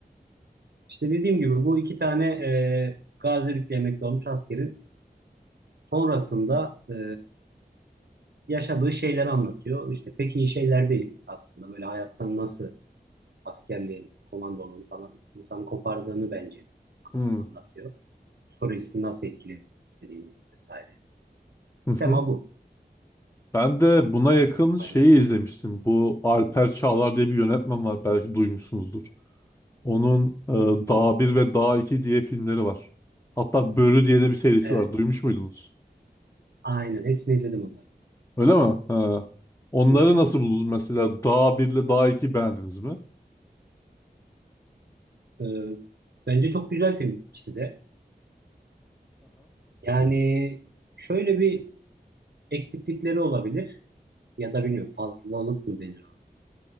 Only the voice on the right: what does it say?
İşte dediğim gibi bu iki tane e, gazilikle emekli olmuş askerin sonrasında e, yaşadığı şeyleri anlatıyor. İşte pek iyi şeyler değil aslında. Böyle hayattan nasıl askerliğin, komandonun falan insanı kopardığını bence
anlatıyor. Psikolojisini nasıl etkilediğini vesaire.
Tema bu.
Aynen.
Hı hı, duydum.
Evet.
Aynen. Hepsini izledim onları.
Hı hı.
E, bence çok güzel film ikisi de. Yani şöyle bir eksiklikleri olabilir ya da bilmiyorum fazlalık mı denir?